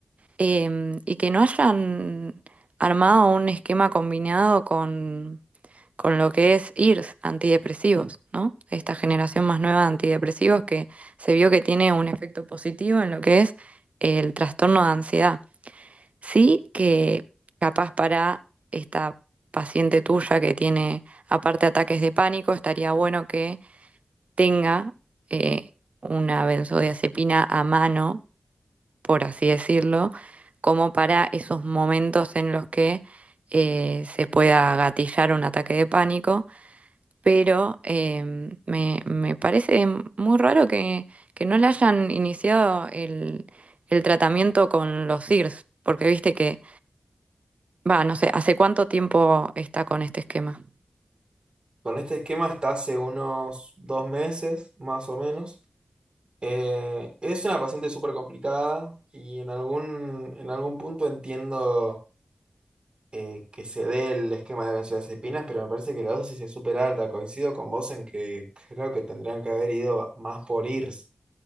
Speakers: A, on the right; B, on the right.
A: eh, y que no hayan armado un esquema combinado con, con lo que es IRS, antidepresivos, ¿no? Esta generación más nueva de antidepresivos que se vio que tiene un efecto positivo en lo que es el trastorno de ansiedad. Sí, que capaz para esta paciente tuya que tiene aparte ataques de pánico, estaría bueno que tenga eh, una benzodiazepina a mano, por así decirlo, como para esos momentos en los que eh, se pueda gatillar un ataque de pánico. Pero em, me, me parece muy raro que, que no le hayan iniciado el, el tratamiento con los SIRS, porque viste que Va, no sé, ¿hace cuánto tiempo está con este esquema?
B: Con este esquema está hace unos dos meses, más o menos. Eh, es una paciente súper complicada y en algún, en algún punto entiendo eh, que se dé el esquema de benzodiazepinas, pero me parece que la dosis es súper alta. Coincido con vos en que creo que tendrían que haber ido más por IRS.